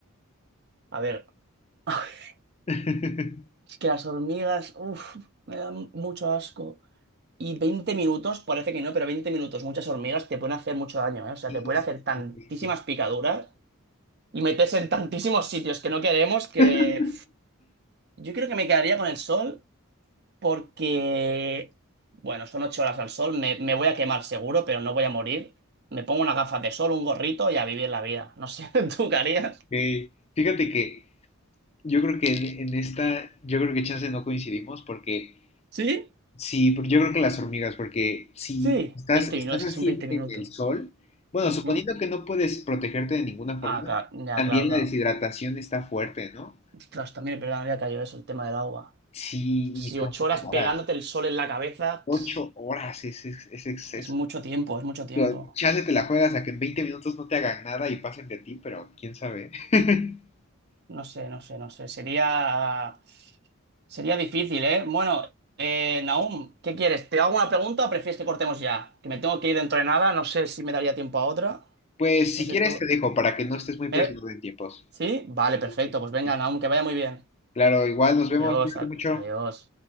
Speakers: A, on the right; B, on the left.
A: A ver. <laughs>
B: <laughs>
A: Es que las hormigas, uff, me dan mucho asco. Y 20 minutos, parece que no, pero 20 minutos, muchas hormigas te pueden hacer mucho daño, ¿eh? O sea,
B: Sí,
A: te pueden
B: sí,
A: hacer tantísimas
B: sí, sí, sí,
A: picaduras y meterse en tantísimos sitios que no queremos que...
B: <laughs>
A: Yo creo que me quedaría con el sol porque, bueno, son 8 horas al sol, me, me voy a quemar seguro, pero no voy a morir. Me pongo unas gafas de sol, un gorrito y a vivir la vida. No sé, <laughs> ¿tú qué harías?
B: Ey, Fíjate que yo creo que en, en esta, yo creo que chance no coincidimos porque
A: ¿Sí?
B: sí, porque yo creo que las hormigas, porque si
A: Sí,
B: estás,
A: 20
B: estás
A: minutos,
B: así
A: es que son 20 minutos.
B: en el sol, bueno,
A: Ujú.
B: suponiendo que no puedes protegerte de ninguna forma,
A: Ah, claro, ya,
B: también
A: claro, claro.
B: la deshidratación está fuerte, ¿no?
A: Ostras, también es verdad, me había caído eso, el tema del agua.
B: Sí,
A: Si
B: y son
A: ocho
B: ocho
A: horas
B: horas,
A: pegándote el sol en la cabeza,
B: ocho
A: pf,
B: horas es, ex- es exceso.
A: es mucho tiempo, es mucho tiempo.
B: Digo, chance te la juegas a que en 20 minutos no te hagan nada y pasen de ti, pero quién sabe. <laughs>
A: No sé, no sé, no sé. Sería, sería difícil, ¿eh? Bueno, eh, Nahum, ¿qué quieres? ¿Te hago una pregunta o prefieres que cortemos ya? Que me tengo que ir dentro de nada, no sé si me daría tiempo a otra.
B: Pues
A: No
B: si
A: sé
B: quieres
A: tú.
B: te dejo para que no estés muy presionado
A: ¿Eh?
B: en tiempos.
A: ¿Sí? Vale, perfecto.
B: Sí, sí, sí.
A: Pues venga,
B: sí.
A: Nahum, que vaya muy bien.
B: Claro, igual nos vemos,
A: Adiós,
B: cuídate
A: a-
B: mucho.
A: adiós.